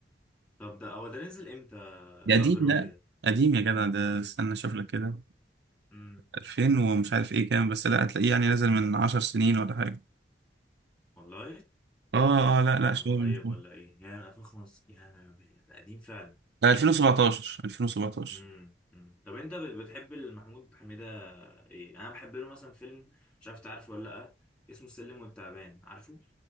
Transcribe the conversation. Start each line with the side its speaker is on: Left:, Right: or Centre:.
Centre: طب ده هو ده نزل امتى
Right: ده
Centre: الاب
Right: قديم
Centre: الروحي
Right: لا
Centre: ده
Right: قديم يا جدع ده استنى اشوف لك كده
Centre: امم
Right: 2000 ومش عارف ايه كام بس لا هتلاقيه يعني نازل من 10 سنين ولا حاجة
Centre: والله
Right: اه اه لا لا
Centre: انا
Right: شوية
Centre: مغيب
Right: مش عارف.
Centre: ولا ايه يعني 2005 يا انا بي- ده قديم فعلا
Right: لا 2017 2017
Centre: امم أمم. طب انت بت- بتحب محمود حميدة ايه انا بحب له مثلا فيلم مش عارف تعرفه ولا لا اسمه السلم والتعبان عارفه